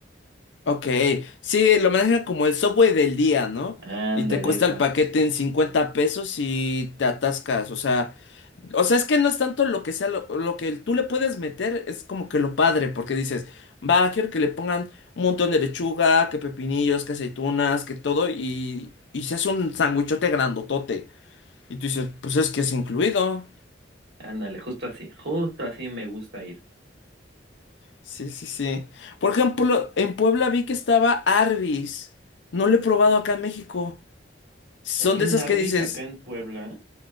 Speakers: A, on the left (about 75°); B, on the right (about 65°).
A: Ok, sí, lo manejan como el Subway del día, ¿no?
B: Ándale
A: Y te cuesta
B: eso,
A: el paquete en 50 pesos y te atascas. O sea, O sea, es que no es tanto lo que sea, lo, lo que tú le puedes meter es como que lo padre, porque dices, va, quiero que le pongan un montón de lechuga, que pepinillos, que aceitunas, que todo, y, y se hace un sándwichote grandotote. Y tú dices, pues es que es incluido.
B: ándale, justo así, justo así me gusta ir.
A: Sí, sí, sí. Por ejemplo, en Puebla vi que estaba Arby's. No lo he probado acá en México. Son
B: Y hay
A: de
B: un
A: esas
B: Arby's
A: que dices,
B: acá en Puebla.